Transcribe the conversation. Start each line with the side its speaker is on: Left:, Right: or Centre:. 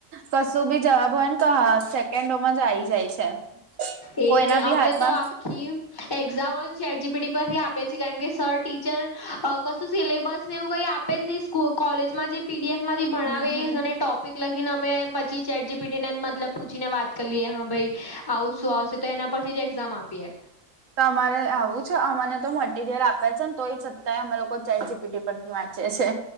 Right: કશું બી જવાબ હોય ને તો સેકન્ડોમાં જ આ આવી જાય છે
Left: એજ
Right: કોઈના
Left: ને
Right: બી
Left: અમે
Right: હાથમાં
Left: તો આખી એક્ઝામ એજીપી પરથી આપે છે કારણ કે સર ટીચર કશું સિલેબસ ને એવું કઈ આપ આપે જ નહીં સ્કૂ કોલેજમાં જે પીડીએફ માંથી ભણાવે
Right: હમ
Left: એજ
Right: હમ
Left: અને ટોપ લખીને અમે પછી ચેટ જી પી ટીને મતલબ પૂછીને વાત કરી લિયે હા ભાઈ આવું શું આવશે તો એના પરથી જ એક્ઝામ આપીએ
Right: તો અમારે આવું છે અમાને તો મટીરિયલ આપે છે ને તોઈ છતાંય અમે લોકો ચેટ જીપીટી પરથી વાંચયે છે